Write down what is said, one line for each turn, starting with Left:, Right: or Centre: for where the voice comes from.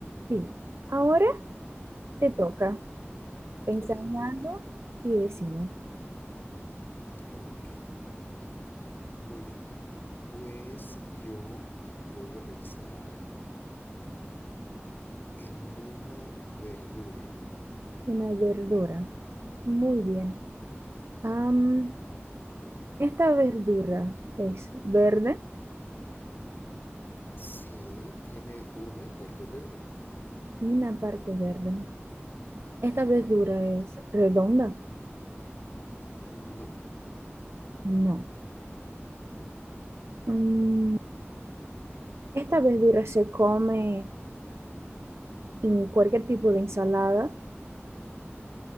Right: Sí. Ahora te
Left: Ujú.
Right: toca pensar
Left: Ok,
Right: en
Left: muy
Right: algo
Left: bien.
Right: y decimos
Left: Ok, ok, muy bien. Pues yo voy a pensar en una verdura.
Right: una verdura. Muy bien. Am, esta verdura es verde,
Left: Sí, tiene una parte verde.
Right: una parte verde. ¿Esta verdura es redonda?
Left: No.
Right: No. Mm, esta verdura se come en cualquier tipo de ensalada,